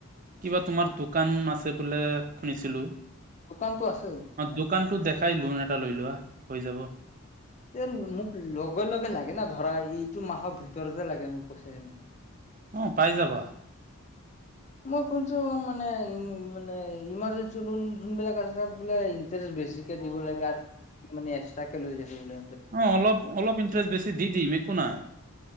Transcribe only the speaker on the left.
দোকানতো আছে।
তে মোক লগে-লগে লাগে ন' ধৰা এইটো মাহৰ ভিতৰতে লাগে মোৰ পইচা খিনি।
মই শুনছো মানে মানে ইমাৰজেঞ্চি লোন যোনবিলাক আছে তাত মানে ইন্টাৰেষ্ট বেছি দিব লাগে আৰু মানে এক্সট্ৰাক কে লৈ যছো বুলি